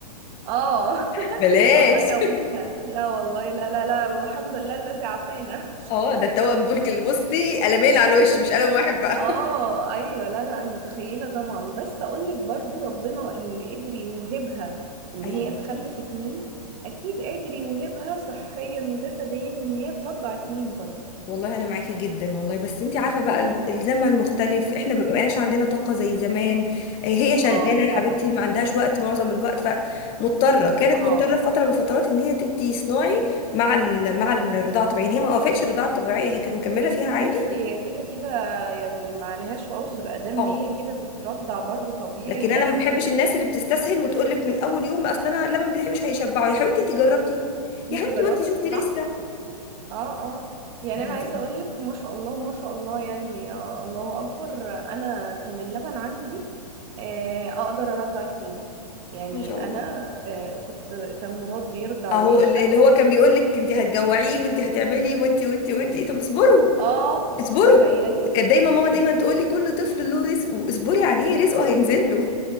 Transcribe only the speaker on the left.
<laughs> بلاش
<laughs> اه ده التوأم دول كل- بصي قلمين على الوش مش قلم واحد
بقى
<laughs> ايوه
والله انا معاكي جدا والله بس انت عارفه بقى
ال- الزمن مختلف احنا
ما بقاش عندنا طاقه زي زمان آه، هي شغاله
يا حبيبتي ما عندهاش وقت معظم الوقت فمضطره كانت
مضطره في فتره من الفترات ان هي تدي صناعي مع ال... مع
الرضاعه الطبيعيه يعني هي ما وقفتش الرضاعه الطبيعيه هي كانت مكمله فيها عادي
اه
لكن
انا ما بحبش
الناس اللي بتستسهل وتقول لك من اول يوم اصلا انا اللبن بتاعي مش هيشبعه يا حبيبتي انت جربتي يا
حبيبتي
وانت شفتي
لسه
<laughs>
ما شاء الله
اهو
اللي اللي هو كان بيقول لك انت هتجوعيه وانت هتعملي وانت وانت وانت طب اصبروا
اصبروا
كانت دايما ماما دايما
تقول لي كل طفل له رزقه اصبري عليه رزقه هينزل له